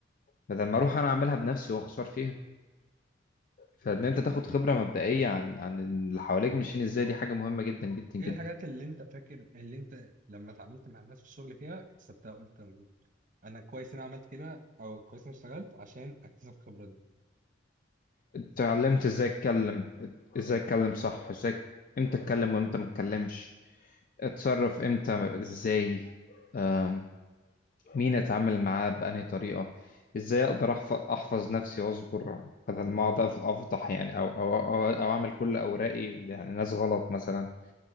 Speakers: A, on the left; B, on the right.
A: بدل ما اروح انا اعملها بنفسي واخسر فيها فان
B: دي
A: انت تاخد
B: حقيقه
A: خبره مبدئيه عن عن اللي حواليك ماشيين ازاي دي حاجه مهمه جدا جدا
B: ايه
A: جدا
B: الحاجات اللي انت فاكر اللي انت لما اتعاملت مع الناس في الشغل فيها اكتسبتها قلت انا كويس إن انا عملت كده او كويس إن انا اشتغلت عشان اكتسب الخبره دي
A: اتعلمت ازاي اتكلم ازاي اتكلم صح ازاي امتى اتكلم وامتى ما اتكلمش اتصرف امتى ازاي آم، مين اتعامل معاه بأنهي طريقة ازاي اقدر احفظ, أحفظ نفسي واصبر بدل ما اقعد أف- افضح يعني او او او, أو اعمل كل اوراقي لناس غلط مثلا